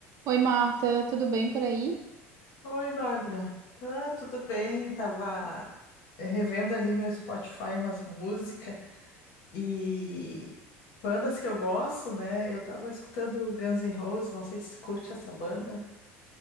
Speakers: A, on the right; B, on the left.
A: Oi, Marta, tudo bem por aí?
B: Oi, Bárbara. Tá tudo bem? Tava revendo ali meu Spotify, umas músicas e bandas que eu gosto, né? Eu tava escutando Guns N' Roses, não sei se tu curte essa banda.